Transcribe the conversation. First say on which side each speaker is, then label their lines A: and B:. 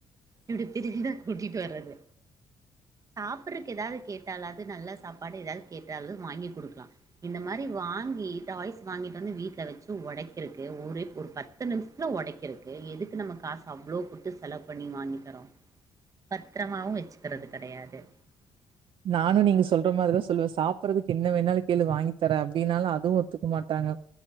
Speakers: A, on the right (about 35°); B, on the right (about 65°).
A: இப்படி திருபிதான் கூட்டிட்டு வர்றது சாப்றகு ஏதாது கேட்டாலது நல்ல சாப்பாடு ஏதாது கேட்டாலு வாங்கி கொடுகலா இந்த மாரி <inaudible>
B: நானு நீங்க சொல்ற மாரிதா சொல்லுவே சாப்றதுக்கு என்ன வேணுாலு கேளு வாங்கிதர அதுவும் ஒத்துக்க மாட்டாங்க